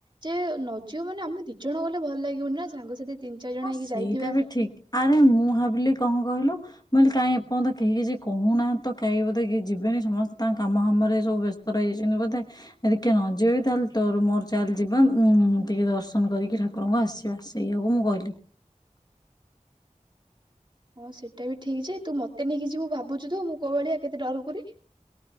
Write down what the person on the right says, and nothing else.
ଯେ ନ ଝିଅ ମାନ ଆମେ ଦି ଜଣ ଗଲେ ଭଲ ଲାଗିବନ ନା ସାଙ୍ଗସାଥି ତିନି ଚାରି ଜଣ
ହେଇକି
ଯାଇଥିବା
ହଁ ସେଇଟା ବି ଠିକ ଯେ ତୁ ମତେ ନେଇକି ଯିବୁ ଭାବୁଛୁ ତ ମୁଁ କୋଉ ଭଳିଆ କେତେ ଡରୁକୁରି।